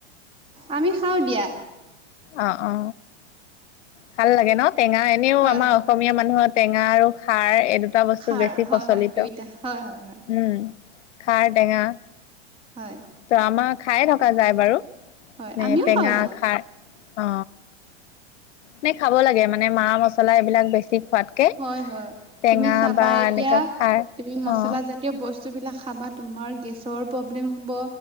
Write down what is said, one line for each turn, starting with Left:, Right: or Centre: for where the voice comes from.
Right: আমি খাওঁ দিয়া
Left: অ অ ভাল লাগে ন টেঙা এনেও
Right: হয়
Left: আমাৰ
Right: হয়
Left: অসমীয়া মানুহত টেঙা আৰু খাৰ এই দুটা বস্তু
Right: খাৰ
Left: বেছি
Right: হয়
Left: প্ৰচলিত
Right: হয় দুইটা হয় হয় হয়
Left: হুম খাৰ টেঙা
Right: হয়
Left: ত আমাৰ খায়ে থকা যায় বাৰু
Right: হয়
Left: ন
Right: আমিও
Left: টেঙা
Right: খাওঁ দিয়া
Left: খাই অ নে খাব লাগে মানে মা মছলা এইবিলাক বেছি খোৱাতকে
Right: হয় হয়
Left: টেঙা
Right: তুমি চাবা
Left: বা
Right: এতিয়া
Left: এনেকুৱা খাৰ
Right: তুমি মচলা
Left: অ',
Right: জাতীয় বস্তু বিলাক খাবা তোমাৰ গেছৰ প্ৰব্লেম হ'ব